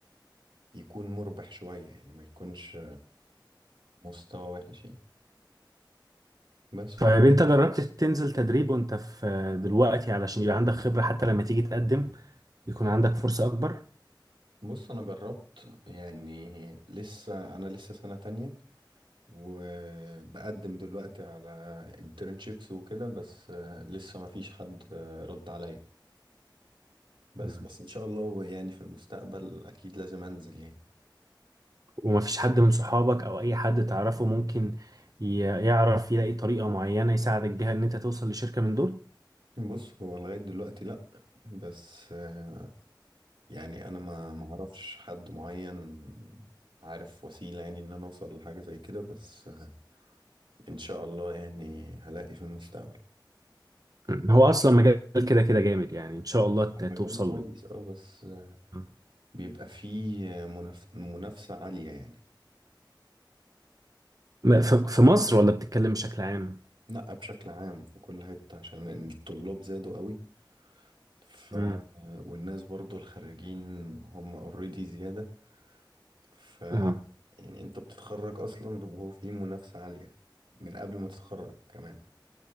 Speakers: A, on the right (about 85°); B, on the right (about 50°).
A: يكون مربح شوية يعني ما يكونش مستوى وحش يعني بس
B: طيب انت جربت تنزل تدريب وانت في دلوقتي علشان يبقى عندك خبرة حتى لما تيجي تقدم يكون عندك فرصة اكبر
A: بص انا جربت يعني لسه انا لسه سنة تانية وبقدم دلوقتي على internships وكده بس آه، لسه ما فيش حد آه، رد عليا بس
B: مم.
A: بس ان شاء الله يعني في المستقبل اكيد لازم انزل يعني
B: ومفيش حد من صحابك او اي حد تعرفه ممكن ي- يعرف يلاقي طريقة معينة يساعدك بيها ان انت توصل لشركة من دول
A: بص هو لغاية دلوقتي لا بس آه، يعني انا ما ما اعرفش حد معين عارف وسيلة يعني ان انا اوصل لحاجة زي كده بس آه، ان شاء الله يعني هلاقي في المستقبل
B: مم. هو اصلا مجال كده كده جامد يعني ان شاء الله ت-
A: هو
B: توصل
A: مجال كويس
B: له
A: اه بس آه،
B: مم.
A: بيبقى فيه منف... منافسة عالية يعني
B: ما- ف- في مصر ولا بتتكلم بشكل عام
A: لا بشكل عام في كل حتة عشان الطلاب زادوا قوي ف
B: مم.
A: والناس برضو الخريجين هم اوريدي زيادة ف
B: اه
A: يعني انت بتتخرج اصلا وهو في منافسة عالية من قبل ما تتخرج كمان